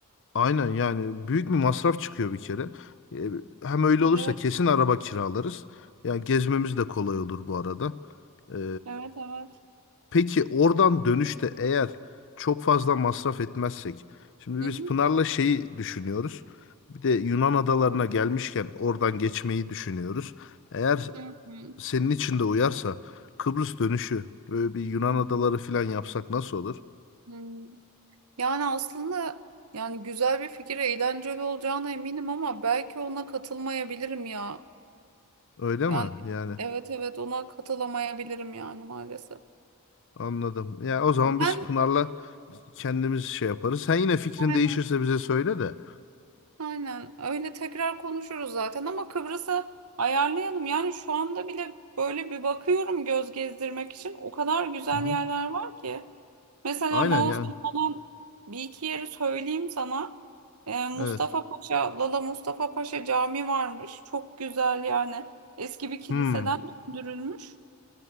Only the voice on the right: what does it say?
Evet,
evet, evet.
Hı
hı.
Hı hı.
Hı. Yani aslında yani güzel bir fikir, eğlenceli olacağına eminim ama belki ona katılmayabilirim ya.
Yani
evet evet ona katılamayabilirim yani maalesef.
Ben
aynen.
Aynen öyle tekrar konuşuruz zaten ama Kıbrıs'a ayarlayalım. Yani şu anda bile böyle bir bakıyorum göz gezdirmek için. O kadar güzel
yerler var ki. Mesela
Mausos
falan bir iki yeri söyleyeyim sana. Ee, Mustafa
Paşa, Lala Mustafa Paşa Camii varmış. Çok güzel yani. Eski bir kiliseden
döndürülmüş.